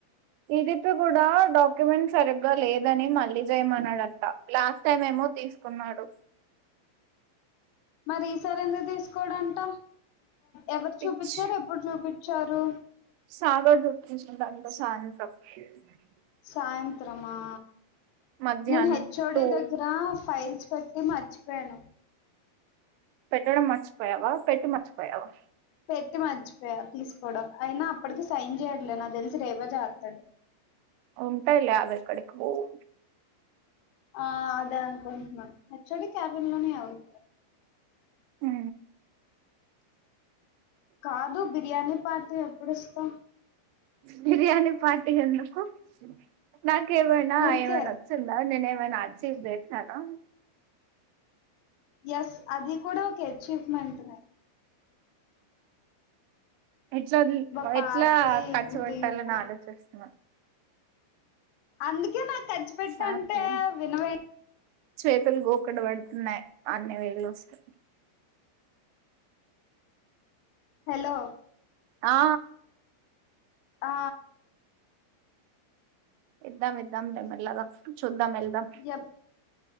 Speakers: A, on the right (about 90°); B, on the left (about 80°).
A: ఇది పి కూడా డాక్యుమెంట్ సరిగ్గా లేదని మళ్ళీ చేయమన్నాడంట లాస్ట్ టైమ్ ఏమో తీసుకున్నాడు
B: మరి ఈసారెంద తీసుకోడంట ఎవరు
A: పిచ్
B: చూప్పిచ్చారు ఎప్పుడు చూప్పిచ్చారు
A: సాగర్ చూపించిండంట <unintelligible>
B: సాయంత్రమా
A: మధ్యాహ్నం
B: నేను హెచ్. ఒ.
A: టూ
B: డి దగ్గరా ఫైల్స్ పెట్టి మర్చిపోయాను
A: పెట్టడం మర్చిపోయావా పెట్టి మర్చిపోయావా
B: పెట్టి మర్చిపోయా తీసుకోవడం అయినా అప్పటికి సైన్ చేయట్లే నా తెలిసి రేపే చేస్తాడు
A: ఉంటాయి లే అవి ఎక్కడికి పోవు
B: ఆ అదే అనుకుంటున్నాను హెచ్ఓడి క్యాబిన్ లోనే ఎవరు
A: ఆ
B: కాదు బిర్యానీ పాార్టీ ఎప్పుడు ఇస్తావు
A: బిర్యానిి పార్టీ ఎందుకు నాకేమైనా
B: ఊరికే
A: ఏమైనా వచ్చిందా నేనే మ నాట్ సి వేస్తాను
B: ఎస్ అది కూడా ఓకే అచీవ్మెంట్ ని
A: ఎట్లా
B: బా పార్టీ
A: ఎట్లా ఖర్చు
B: ఉదయపు
A: పెట్టాలని ఆలోచిస్తున్నాం
B: అందుకే నాకు ఖర్చు పెట్ట
A: నాకు
B: అంటే వినవే
A: చేతులు గోకడు వెంటనే అన్ని వేళ్ళు వస్తే
B: హలో
A: ఆ
B: ఆ
A: ఎద్దం ఎద్దం ట మల్లాగా చద్దాం వెల్దాం
B: ఎప్